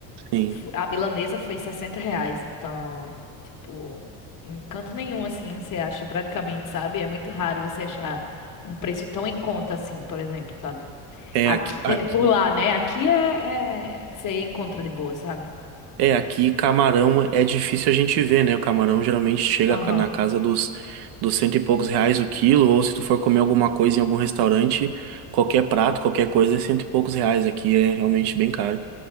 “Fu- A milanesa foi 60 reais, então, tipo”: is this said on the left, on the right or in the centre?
Left